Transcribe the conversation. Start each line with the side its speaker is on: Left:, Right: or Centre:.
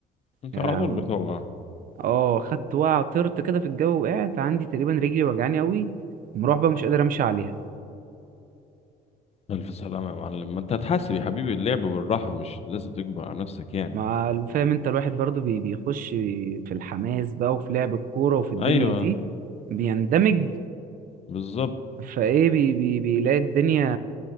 Left: انت
Right: يا
Left: على
Right: لهوي
Left: طول بتوجع
Right: اه خدت وقعه طرت كده في الجو وقعت عندي تقريبا رجلي وجعاني قوي ومروح بقى مش قادر امشي عليها
Left: الف سلامة يا معلم ما انت هتحاسب يا حبيبي اللعب بالراحة مش لازم تكبر على نفسك يعني
Right: مع فاهم انت الواحد برضو بي- بيخش في الحماس بقى وفي لعب الكورة وفي الدنيا
Left: ايوه
Right: دي بيندمج
Left: بالظبط
Right: فايه بي بي بيلاقي الدنيا